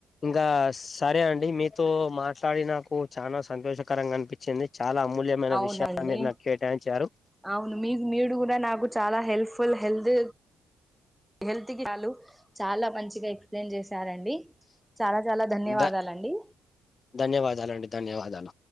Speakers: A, on the left (about 40°); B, in the centre.
A: ఇంకా సరే అండి మీతో మాట్లాడి నాకు చాలా సంతోషకరంగా అనిపించింది చాలా అమూల్యమైన
B: అవునండి
A: విషయాలు మీరు నాకు కేటాయించారు
B: అవును మీ మీడు కూడా నాకు చాలా హెల్ప్ ఫుల్ హెల్త్ హెల్త్ కి చ్ చాలా మంచిగా ఎక్స్ప్లెయిన్ చేస్ సరండి చాలా చాలా ధన్యవాదాలండి
A: ధ ధన్యవాదాలండి ధన్యవాదాలు